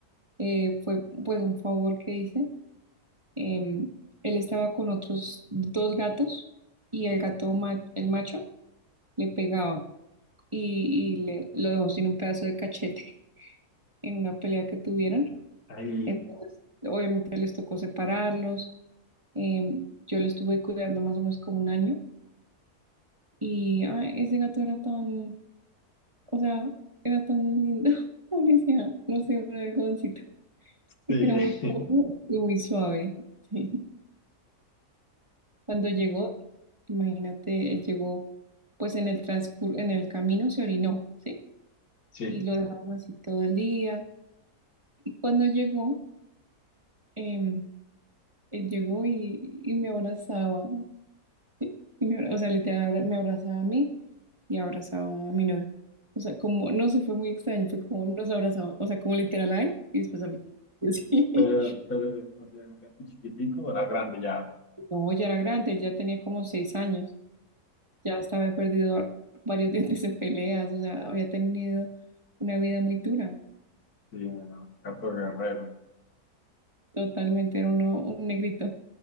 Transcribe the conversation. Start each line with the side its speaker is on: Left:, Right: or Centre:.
Right: eh, fue pues un favor que hice Em, él estaba con otros dos gatos y el gato, ma- el macho, le pegaba y, y le, lo dejó sin un pedazo de cachete <laughs> en una pelea que tuvieron.
Left: Ay,
Right: Entonces, obviamente les tocó separarlos. Em, yo lo estuve cuidando más o menos como un año y ay, ese gato era tan, o sea, era tan lindo. <laughs> Uno no sé, un algodoncito, porque
Left: sí,
Right: era muy cómodo y muy suave. <laughs> Sí. Cuando
Left: <laughs>
Right: llegó, Imagínate, él llegó, pues en el transcur en el camino se orinó, ¿sí?
Left: sí.
Right: Y lo dejaron así todo el día. Y cuando llegó, em, él llegó y, y me abrazaba, ¿sí? Y me abra- o sea, literal, abra- me abrazaba a mí y abrazaba a mi novio. O sea, como, no sé, fue muy extraño, fue como nos abrazaba, o sea, como literal a él y después a mí. <laughs> Sí.
Left: Pero, pero, o sea, un gato chiquitico era grande ya.
Right: No, ya era grande, él ya tenía como seis años, ya hasta había perdido varios <laughs> dientes en peleas, o sea, había tenido una vida muy dura.
Left: Sí, ¿no? un gato guerrero.
Right: Totalmente, era uno, un negrito.